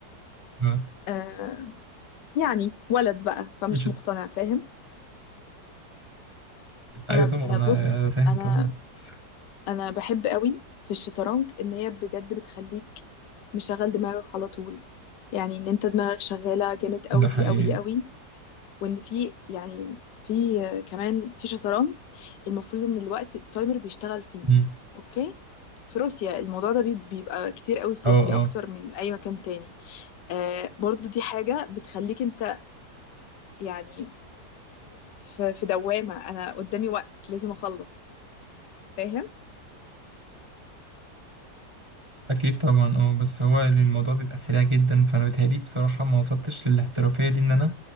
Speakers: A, on the right; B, on the left.
A: اه
B: آه، يعني ولد بقى فمش
A: إيش-
B: مقتنع فاهم انا
A: ايوه طبعا
B: انا
A: أنا
B: بص
A: فاهم
B: انا
A: طبعا بس
B: انا بحب قوي في الشطرنج ان هي بجد بتخليك مشغل دماغك على طول يعني ان انت دماغك شغاله جامد قوي
A: ده حقيقي
B: قوي قوي وان في يعني في آه، كمان في شطرنج المفروض ان الوقت التايمر بيشتغل فيه
A: مم.
B: اوكي في روسيا الموضوع ده بي- بيبقى كتير قوي في
A: اه
B: روسيا
A: اه
B: اكتر من اي مكان تاني آه برضو دي حاجه بتخليك انت يعني في في دوامة أنا قدامي وقت لازم أخلص فاهم
A: اكيد طبعا اه بس هو الموضوع بيبقى سريع جدا فانا بتهيألي بصراحه ما وصلتش للاحترافيه دي ان انا